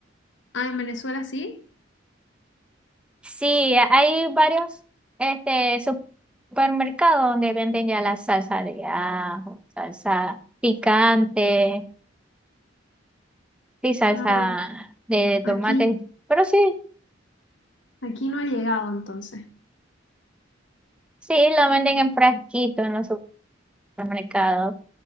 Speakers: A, on the left; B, in the centre.
A: ah, en Venezuela sí,
B: sí, hay varios este, supermercados donde venden ya la salsa de ajo, salsa picante, sí, salsa
A: ah, bueno,
B: de
A: aquí,
B: tomate, pero sí,
A: aquí no ha llegado entonces.
B: sí, lo venden en frasquito en los supermercados.